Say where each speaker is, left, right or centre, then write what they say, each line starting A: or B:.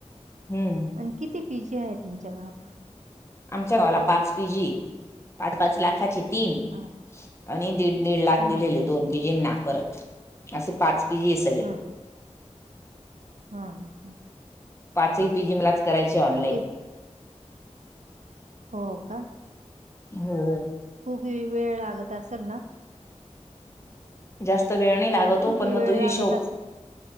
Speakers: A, on the left (about 20°); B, on the right (about 80°).
A: हम्म.
B: आण किती पी जी आहे तुमच्या गावाला?
A: आमच्या गावाला पाच पी जी ये पाच पाच लाखाची तीन.
B: बाप
A: आणि दीड दीड लाख
B: हा
A: दिलेले
B: हा
A: दोन पी जींना परत असे पाच पि जी सगळे.
B: हा हा हा हा हा.
A: पाचही पी जी मलाच करायची ऑनलाईन.
B: ते हो का?
A: हो.
B: खूप वेळ लागत असलं ना?
A: जास्त वेळ नाही लागतो
B: खूप
A: पण
B: वेळ
A: मग तो हिशोब
B: लागत असं